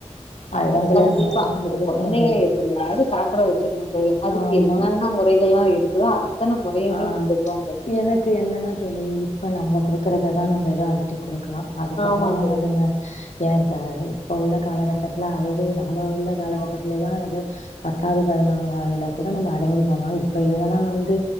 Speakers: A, on the left; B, on the left.
A: அதுதான் தோழி
B: கண்டிப்பா
A: மாரிலாம்
B: அந்த
A: குடுக்கணும்
B: குழந்தைகளே
A: தோழி
B: எப்டியாது சாப்ட வச்சிர்னு தோழி அதுக்கு
A: ஆமா
B: என்னென்ன முறைகள் எல்லா இருக்குதோ ஏங்க
A: ஆ
B: சொல்லுச்சா
A: எனக்கு என்னெனா தோழி இப்ப நம்ம குடுக்குறத தா நம்ம எதோ அதட்டி குடுக்கலா அதுக்கப்புறலா
B: ஆமா தோழி
A: அதுங்க ஏ இப்ப இப்ப உள்ள காலகட்டத்துல அதது நம்ம உள்ள காலகட்டத்துலலா ஏதோ பத்தாவது பதினொன்னாதுல கூட நம்ம அடங்கி போனோ இப்ப இதுங்கெல்லா வந்து